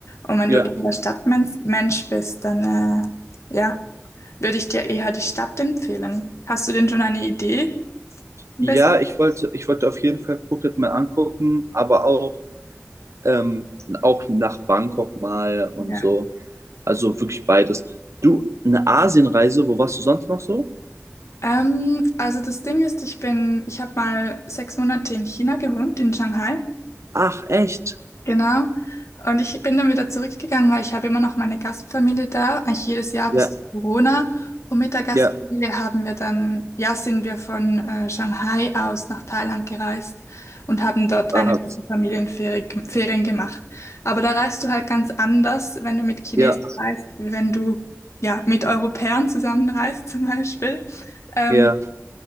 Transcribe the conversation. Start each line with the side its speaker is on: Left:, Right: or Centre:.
Left: Und wenn
Right: ja.
Left: du eher der Stadtmensch Mensch bist, dann äh, ja, würde ich dir eher die Stadt empfehlen. Hast du denn schon eine Idee? Ein
Right: Ja,
Left: bisschen?
Right: ich wollte, ich wollte auf jeden Fall Phuket mal angucken, aber auch ähm, auch nach Bangkok mal und
Left: Ja.
Right: so. Also wirklich beides. Du, eine Asienreise, wo warst du sonst noch so?
Left: Ähm, also das Ding ist, ich bin, ich habe mal sechs Monate in China gewohnt, in Shanghai.
Right: Ach, echt?
Left: Genau. Und ich bin dann wieder zurückgegangen, weil ich habe immer noch meine Gastfamilie da, eigentlich jedes Jahr
Right: Ja,
Left: bis zu Corona. Und mit der Gastfamilie
Right: ja,
Left: haben wir dann, ja, sind wir von äh, Shanghai aus nach Thailand gereist und haben dort
Right: ah,
Left: eine Woche Familienferien Ferien gemacht. Aber da reist du halt ganz anders, wenn du mit Chinesen
Right: ja,
Left: reist, wie wenn du, ja, mit Europäern zusammenreist <laughs> zum Beispiel. Ähm,
Right: ja,